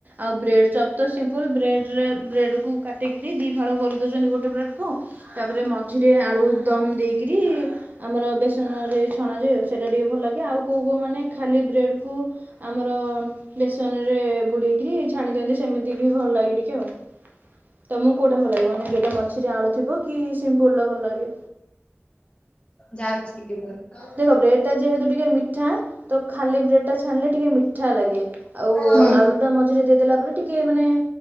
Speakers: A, on the right; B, on the left.
A: ଆଉ ବ୍ରେଡ଼୍ ଚପ୍ ତ ସିମ୍ପଲ୍ ବ୍ରେଡ଼ରେ ବ୍ରେଡ଼୍ କୁ କାଟିକିରି ଦୁଇ ଫାଳ କରିଦେଉଛନ୍ତି ଗୋଟେ ବ୍ରେଡ଼୍ ତାପରେ ମଝିରେ ଆଳୁ ଦମ୍‌ଦେଇକିରି ଆମର ବେସନରେ ଛଣାଯାଏ ସେଇଟା ଟିକେ ଭଲ ଲାଗେ ଆଉ କଉ କଉ ମାନେ ଖାଲି ବ୍ରେଡ୍‌କୁ ଆମର ବେସନରେ ବୁଡ଼େଇକି ଛାଣି ଦିଅନ୍ତି ସେମିତି ବି ଭଲ ଲାଗେ ଟିକେ ଆଉ। ତମକୁ କୋଉଟା ଭଲ ଲାଗେ ମାନେ ଯୋଉଟା ମଝିରେ ଆଳୁ ଥିବ କି ସିମ୍ପୁଲ୍‌ ଟା ଭଲ ଲାଗେ?
B: ଯାଉଛି ଟିକେ ପରେ।
A: ଦେଖ ବ୍ରେଡ୍‌ ଟା ଯେହେତୁ ଟିକେ ମିଠା ତ ଖାଲି ବ୍ରେଡ୍‌ ଟା ଛାଣିଲେ ଟିକେ ମିଠା ଲାଗେ ଆଉ
B: ହୁଁ
A: ଆଳୁଟା ମଝିରେ ସିଝେଇ ଦେଲା ପରେ ଟିକେ ମାନେ